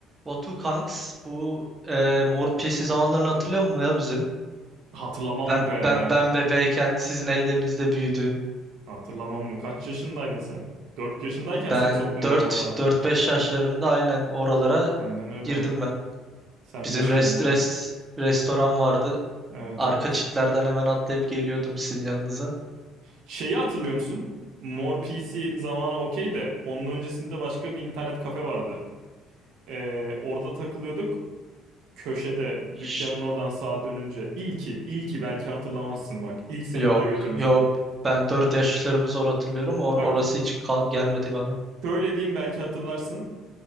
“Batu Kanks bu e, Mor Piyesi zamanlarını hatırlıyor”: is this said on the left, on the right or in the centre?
Right